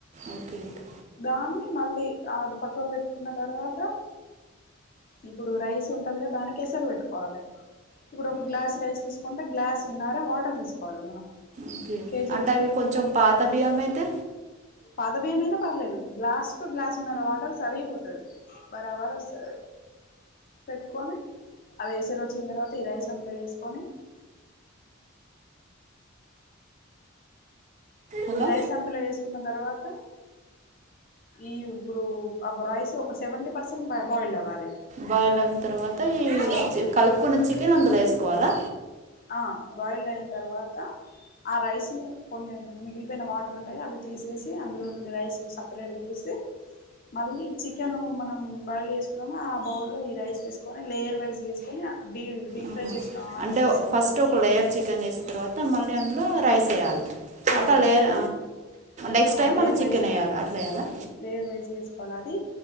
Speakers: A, on the right (about 35°); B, on the left (about 40°).
A: ఓకే ఓకే
B: దాన్ని మళ్ళీ ఆ అది పక్కవ పెట్టుకున్న తరువాత ఇప్పుడు రైస్ ఉంటదిగా దానికి ఎసర పెట్టుకోవాలి ఇప్పుడు ఒక గ్లాస్ రైస్ తీసుకుంటే గ్లాస్ ఉన్నారా వాటర్ తీసుకోవాలి మనం
A: ఒకే
B: కేజీ
A: అంటే
B: తీసుకున్నాం
A: అవి కొంచెం పాత బియ్యం అయితే
B: పాద బియ్యమైనా పర్లేదు గ్లాస్ కు గ్లాస్ న్నర వాటర్ సరిపోతుంది బారాబరా వస్తుంది పెట్టుకని అది ఎసరు వచ్చిన తరువాత ఈ రైస్ అందులేసుకొని
A: అలా
B: ఈ రైస్ అందులేసుకున్న తర్వాత ఈ ఇప్పుడు అబ రైస్ ఒక సెవెంటీ పర్సెంట్ బాయిల్ అవ్వాలి
A: బైలైన్ తరువాత ఈ
B: ఆ
A: చి కలుపుకున్న చికెన్ అందులో వేసుకోవాలా
B: ఆ బాయిల్డ్ అయిన తర్వాత ఆ రైస్ ని కొన్ని ఇప్పుడు మిగిలిపోయిన వాటర్ ఉంటాయి అవి తీసేసి అందులో నుండి రైస్ సపరేట్ చేసి మళ్ళీ చికెను మనం బౌల్ వేసుకున్నాము ఆ బౌల్లో లో ఈ రైస్ వేసుకొని లేయర్ వైస్ వేసుకొని
A: ఆహా.
B: ఫ్రై చేసిన ఆనియన్స్
A: అంటే ఫస్ట్ ఒక లేయర్ చికెన్ వేసిన తర్వాత మళ్ళీ అందులో రైస్ వేయాలి
B: ఆ
A: అట్లా లేయర్ నెక్స్ట్
B: ఆ
A: టైం
B: లేయర్
A: మళ్ళీ చికెన్
B: వైజ్గా
A: వేయాలి అట్లా వేయాలా
B: లేయర్ వైజ్గా వేసుకోవాలి అది